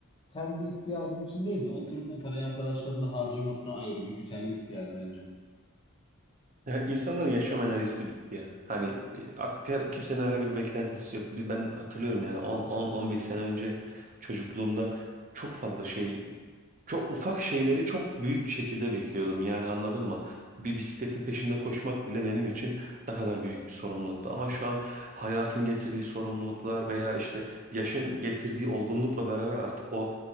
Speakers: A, on the left (about 20°); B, on the right (about 40°).
A: kendi ihtiyacın için değil de oturup o parayı arkadaşlarına harcamak da ayrı bir güzellikti yani bence.
B: Ya insanların yaşam enerjisi bitti ya. Hani e, artık her, kimsenin herhangi bir beklentisi yok. Bir- Ben hatırlıyorum yani 10 10 15 sene önce çocukluğumda çok fazla şey çok ufak şeyleri çok büyük şekilde bekliyordum yani anladın mı? Bir bisikletin peşinde koşmak bile benim için ne kadar büyük bir sorumluluktu. Ama şu an hayatın getirdiği sorumluluklar veya işte yaşın getirdiği olgunlukla beraber artık o